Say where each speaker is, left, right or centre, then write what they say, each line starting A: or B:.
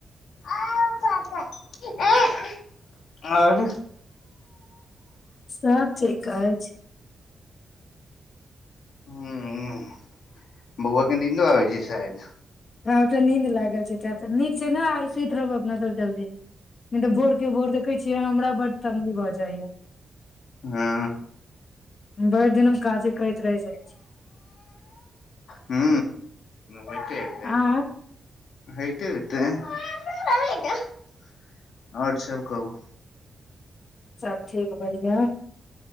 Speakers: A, on the left; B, on the left.
A: आ ओ ख ख आओर
B: सभ ठीक कहै छै
A: हू बौआके नीदो आ छै साायद
B: आटा नींद लागल छैटा नीीक छै ने आ सुति रहब अपना सब जल्दी त भोर के भोर देखे छी जे हमरा बड्ड ंगी भऽ जाया
A: हँ
B: भरि दिन हम काजे करैत रहि जाइ छी
A: हू ओइटेयतै
B: आ
A: होयते होतै अओर सब कहू
B: सभ ठीक बढ़िआँ